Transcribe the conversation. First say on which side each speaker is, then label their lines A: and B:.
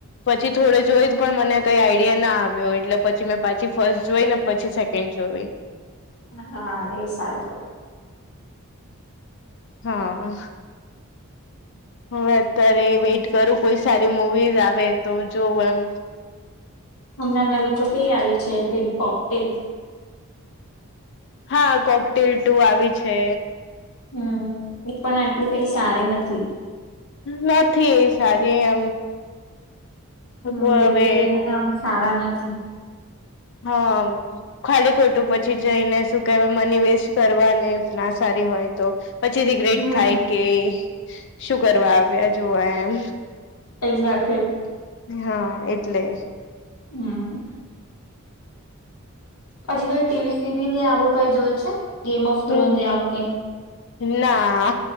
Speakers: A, on the left (about 55°); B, on the left (about 80°).
A: પછી થોડે જોઈ પણ મને કઈ આઈડિયા ના આવ્યો એટલે પછી મેં પાછી ફર્સ્ટ જોઈને પછી સેકેન્ડ જોવી.
B: હા એ સારું કર્યું.
A: હા હવે અત્યારે વેઇટ કરું કોઈ સારી મુવીઝ આવે તો જોવું એમ
B: હમનેં નવી તો કઈ આવી છે પેલી કોકટેલ
A: હા કોકટેલ ટુ આવી છે
B: હમ એ પણ આટલી કઈ સારી નથી.
A: નથી એ સારી એમ
B: હમ
A: કો
B: રિવ્યુઝ
A: હવે
B: એના આમ સારા નથી.
A: હા ખાલી ખોટું પછી જઈને શું <unintelligible>
B: હમ
A: શું કરવા આવ્યા જોવા એમ?
B: એક્ઝેક્ટ
A: હા એટલે
B: હમ હછી કઈ ટીવી સિરિયલ આવું કઈ જોયું છે ગેમ ઓફ
A: હમ
B: થ્રોન જે આવું કઈ
A: ના